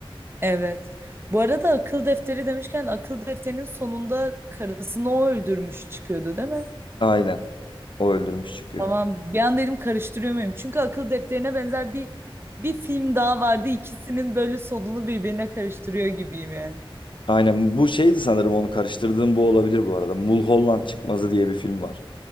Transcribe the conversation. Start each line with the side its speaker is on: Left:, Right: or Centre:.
Right: Evet. Bu arada akıl defteri demişken akıl defterinin sonunda karısını o öldürmüş çıkıyordu değil mi?
Left: Aynen. O öldürmüş çıkıyor.
Right: Tamam bir an dedim karıştırıyor muyum? Çünkü akıl defterine benzer bir bir film daha vardı. İkisinin böyle sonunu birbirine karıştırıyor gibiyim yani.
Left: Aynen. Bu şeydi sanırım onu karıştırdığım bu olabilir bu arada. Mulholland Çıkmazı diye bir film var.